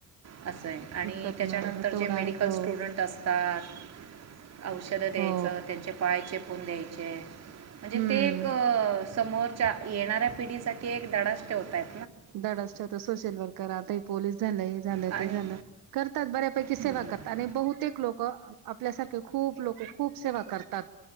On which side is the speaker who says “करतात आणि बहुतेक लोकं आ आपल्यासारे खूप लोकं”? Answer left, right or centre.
Right